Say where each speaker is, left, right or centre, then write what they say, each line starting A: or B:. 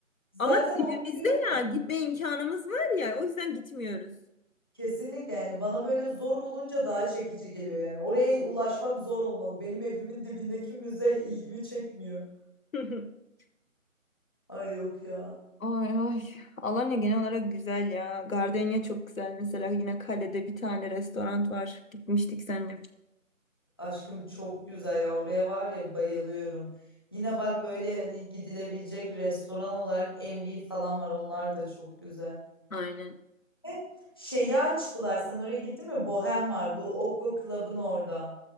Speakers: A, on the left; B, on the left.
A: zaten
B: Ama dibimizde
A: unutuyorum.
B: ya gitme imkanımız var ya o yüzden gitmiyoruz.
A: Kesinlikle yani bana böyle zor olunca daha çekici geliyor yani. Oraya ulaşmak zor olmalı. Benim evimin dibindeki müze ilgimi çekmiyor.
B: <laughs>
A: Ay yok ya.
B: Ay ay. Alanya genel olarak güzel ya. Gardenya çok güzel mesela. Yine kalede bir tane restoran var. Gitmiştik seninle.
A: Aşkım çok güzel ya. Oraya var ya bayılıyorum. Yine bak böyle hani gidilebilecek restoran olarak Envy falan var. Onlar da çok güzel.
B: Aynen.
A: E, Şeyi açtılar. Sen oraya gittin mi? Bohem var. Bu Okko Club'ın orada.